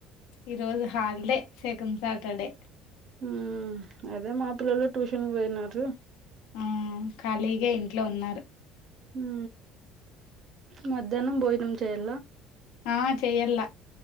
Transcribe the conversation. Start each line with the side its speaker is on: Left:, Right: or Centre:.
Left: ఈరోజు హాలిడే సెకండ్ సాటర్డే
Right: ఉమ్ అదే మా పిల్లలు ట్యూషన్ పోయినారు
Left: ఆ ఖాళీగా ఇంట్లో ఉన్నారు
Right: ఉ మధ్యాహ్నం భోజనం చేయాల
Left: ఆ చెయ్యల్ల